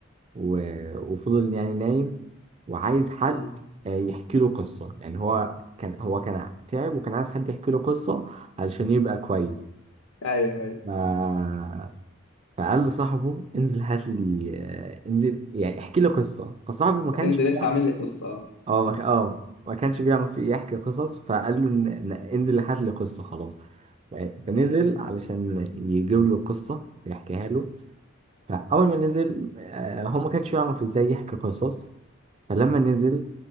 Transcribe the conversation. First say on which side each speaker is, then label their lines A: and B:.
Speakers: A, on the right; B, on the left.
A: و... وفضل يعني نايم وعايز حد
B: مم.
A: آه، يحكي له قصة يعني هو كان هو كان تعب وكان عايز حد يحكي له قصة علشان يبقى كويس
B: أيوه أيوه
A: ما فقال لصاحبه انزل هات لي آه، انزل يعني احكي لي قصه فصاحبه ما كانش
B: انزل
A: بيعرف
B: أنت عامل لي قصة أه
A: اه ما... ك- اه ما كانش بيعرف يحكي قصص فقال له إن... إن- انزل هات لي قصه خلاص ف- فنزل
B: مم.
A: علشان يجيب له قصه ويحكيها له فاول ما نزل آه، هو ما كانش يعرف ازاي يحكي قصص فلما نزل